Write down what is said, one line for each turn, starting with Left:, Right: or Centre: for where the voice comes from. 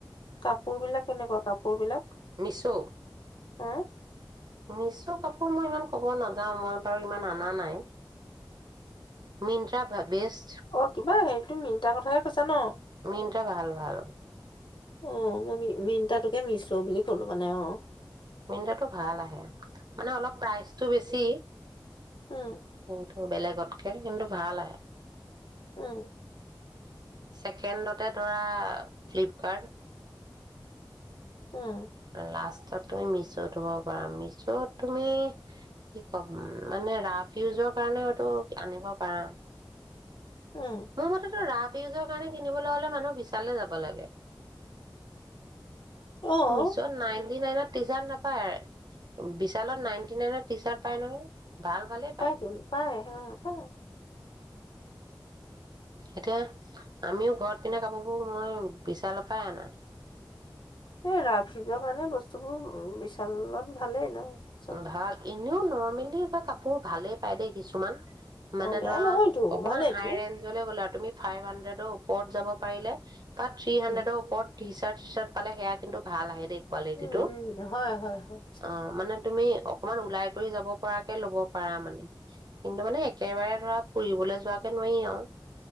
Left: কাপোৰ বিলাক। কেনেকুৱা কাপোৰ বিলাক
Right: মিছোত
Left: হা
Right: মিছো কাপোৰ মই ইমান কব নাযাও মই বাৰু ইমান অনা নাই মিণ্ট্ৰা বেচ
Left: অ কিবা সেই তুমি মিন্ট্ৰাৰ কথাহে কৈছা ন
Right: মিনট্ৰা ভাল ভাল।
Left: অ মই মিনট্ৰাতোকে মিছো বুলি কলো মানে অ
Right: মিনট্ৰাতো ভাল আহে মানে অলপ প্ৰাইচটো বেছি
Left: উম
Right: কিন্তু বেলেগতকে কিন্তু ভাল আহে
Left: উম
Right: ছেকেণ্ডতে ধৰা ফ্লিপকাৰ্ট
Left: উম,
Right: লাষ্টত তুমি মিছ'ত থুব পাৰা মিছ'ত তুমি কি ক'ম মানে ৰাফ ইউজৰ কাৰণে হয়টো আনিব পাৰা
Left: উম,
Right: মোৰ মতেতো ৰাফ ফিউজৰ কাৰণে কিনিবলৈ হলে মানুহ বিশাললে যাব লাগে।
Left: অ
Right: তাৰ পিছত নাইনটি নাইনত টি চাৰ্ট নাপায় বিশালত নাইনটি নাইনত টি চাৰ্ট পাই নহয় ভাল ভালেই
Left: পাইতো
Right: পায়
Left: পাই হেয়া পাই
Right: এতিয়া আমিও ঘৰত পিন্ধা কাপোৰবোৰ মই বিশালৰ পৰাই অনা
Left: এ ৰাফ ইউজৰ কাৰণে বস্তুবোৰ বিশালত ভালেই ন চব?
Right: ভাল এনেও নৰমেল নৰ্মেলি বা কাপোৰ ভালেই পায় দেই কিছুমান মানে
Left: অ', বেয়া
Right: ধৰা
Left: নহয়তো
Right: অকমান
Left: ভালেইতো,
Right: হাই ৰেঞ্জলে গ'ল আৰু তুমি ফাইভ হাণ্ড্ৰেডৰ ওপৰত যাব পাৰিলে তাত থ্ৰী
Left: উম।
Right: হাণ্ড্ৰেডৰ ওপৰত দিছ তাত চাৰ্ট পালে, সেইয়া কিন্তু ভাল আহে দেই কোৱালিটিটো।
Left: উম,
Right: অ',
Left: উম, হয়, হয়, হয়।
Right: মানে তুমি অকণমান ওলাই কৰি যাব পৰাকে ল'ব পাৰা। মানে, কিন্তু, মানে, একেবাৰে ধৰা ফুৰিবলৈ যোৱাকে নোৱাৰি আৰু